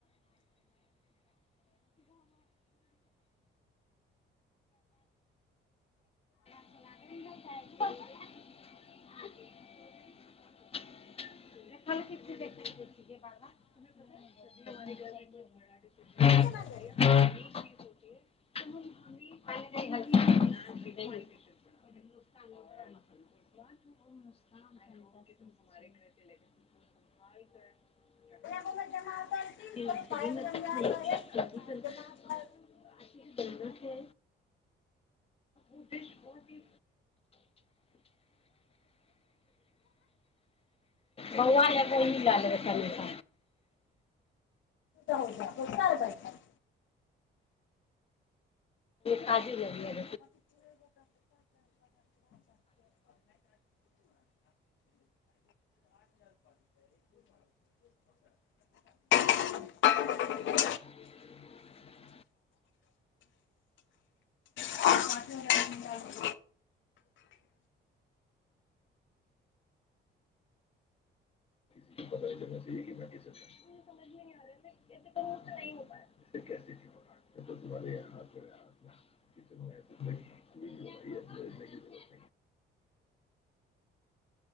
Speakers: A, on the left; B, on the left.
A: <unintelligible> <unintelligible>
B: है
A: <unintelligible>
B: इहाँ पर जमा करथिन तऽ पाइ जमा करे, सौ रुपया में जमा कर
A: बनाना छै आ बन ल <inaudible> बौआ लय गोली लय लेबै क स <inaudible>
B: होय ओ साल बै <inaudible>
A: ताजी नहि
B: <unintelligible> <unintelligible>
A: ह
B: <unintelligible>
A: <inaudible>